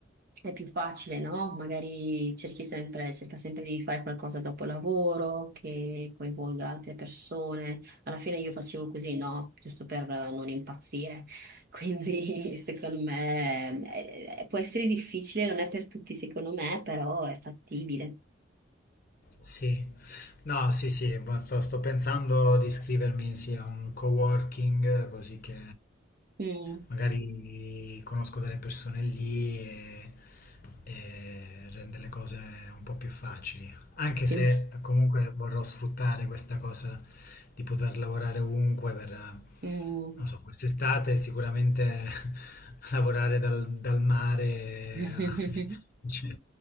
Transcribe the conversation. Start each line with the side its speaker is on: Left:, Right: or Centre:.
Right: è più facile, no? Magari cerchi sempre, cerca sempre di fare qualcosa dopo lavoro che coinvolga altre persone. Alla fine io facevo così, no? Giusto per eh, non impazzire. Quindi <laughs> secondo me eh, eh, può essere difficile, non è per tutti secondo me, però è fattibile.
Left: Sì, no, sì, sì, ma sto, sto pensando di iscrivermi sì, a un coworking eh, così che
Right: Mm,
Left: magari conosco delle persone lì e, e rende le cose un po' più facili. Anche
Right: sì.
Left: se comunque vorrò sfruttare questa cosa di poter lavorare ovunque per,
Right: Mm.
Left: non so, quest'estate sicuramente <laughs> lavorare dal, dal mare
Right: <laughs>
Left: eh, <laughs> cioè,